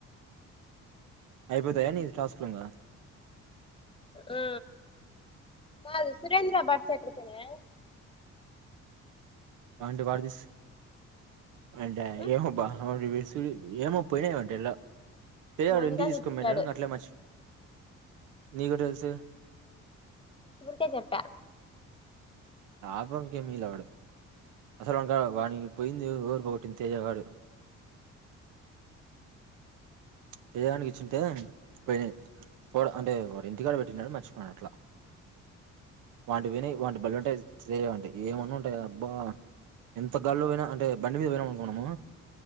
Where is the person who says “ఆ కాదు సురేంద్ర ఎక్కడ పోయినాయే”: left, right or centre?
Left